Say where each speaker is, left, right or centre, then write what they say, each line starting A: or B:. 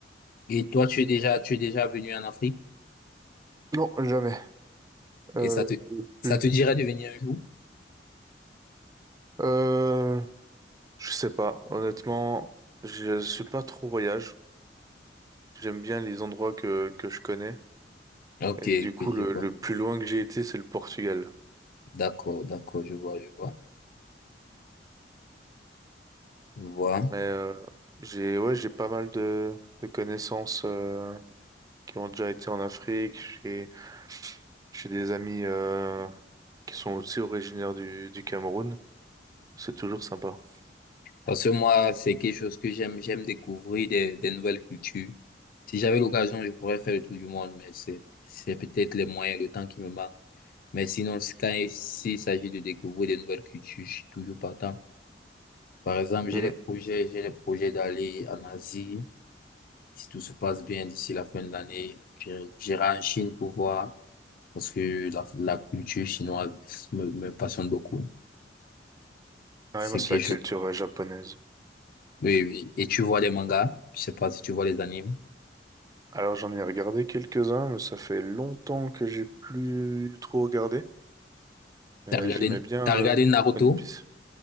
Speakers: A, on the left (about 50°); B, on the right (about 20°).
A: Et toi, tu es déjà, tu es déjà venu en Afrique
B: Non, jamais. Euh,
A: et ça te,
B: plus.
A: ça te dirait de venir un jour?
B: Euh, je sais pas. Honnêtement, je suis pas trop voyage. J'aime bien les endroits que, que je connais.
A: Ok,
B: Et du
A: ok,
B: coup,
A: je
B: le,
A: vois.
B: le plus loin que j'ai été, c'est le Portugal.
A: D'accord, d'accord, je vois, je vois. Je vois.
B: Mais euh, j'ai ouais, j'ai pas mal de, de connaissances euh, qui ont déjà été en Afrique. J'ai j'ai des amis euh, qui sont aussi originaires du, du Cameroun. C'est toujours sympa. <laughs>
A: Parce que moi, c'est quelque chose que j'aime, j'aime découvrir des, des nouvelles cultures. Si j'avais l'occasion, je pourrais faire le tour du monde, mais c'est, c'est peut-être les moyens, le temps qui me manque. Mais sinon, si- quand il s'il s'agit de découvrir des nouvelles cultures, je suis toujours partant. Par exemple, j'ai
B: Mhm.
A: des projets, j'ai des projets d'aller en Asie. Si tout se passe bien d'ici la fin de l'année, j'irai j'irai en Chine pour voir, parce que la, la culture chinoise me, me passionne beaucoup. C'est
B: Ouais, moi, c'est
A: quelque
B: la culture
A: chose.
B: euh, japonaise.
A: Oui, oui. Et tu vois des mangas? Je sais pas si tu vois les animes.
B: Alors, j'en ai regardé quelques-uns, mais ça fait longtemps que j'ai plus trop regardé. Mais
A: T'as regardé,
B: j'aimais bien
A: t'as regardé
B: euh,
A: Naruto?
B: One Piece.